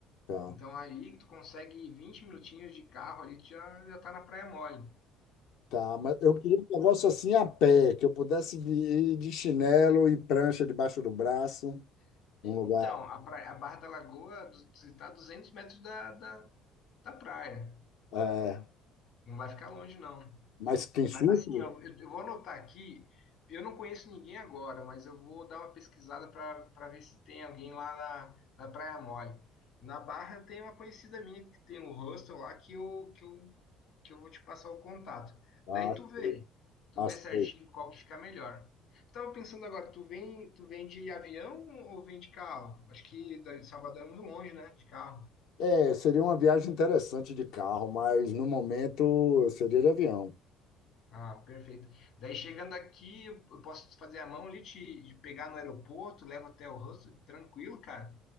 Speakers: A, on the left; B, on the left.
A: tá.
B: Então ali tu consegue 20 minutinhos de carro ali, tu já, já tá na Praia Mole.
A: Tá, mas eu queria um negócio assim a pé, que eu pudesse ir de chinelo e prancha debaixo do braço, um lugar.
B: Então, a, praia- a Barra da Lagoa du- você tá a 200 metros da, da, da praia.
A: É,
B: Não vai ficar longe, não.
A: mas quem supre?
B: Mas assim, eu, eu vou anotar aqui. Eu não conheço ninguém agora, mas eu vou dar uma pesquisada para ver se tem alguém lá na, na Praia Mole. Na Barra tem uma conhecida minha que tem um hostel lá que eu, que eu, que eu vou te passar o contato.
A: Ah,
B: Daí tu vê, tu
A: ah,
B: vê
A: sei.
B: certinho qual que fica melhor. Estava pensando agora, tu vem, tu vem de avião ou vem de carro? Acho que da- de Salvador é muito longe, né? De carro.
A: é, seria uma viagem interessante de carro, mas no momento eu seria de avião.
B: Ah, perfeito. Daí chegando aqui, eu eu posso fazer a mão ali, te, te pegar no aeroporto, levo até o hostel, tranquilo, cara.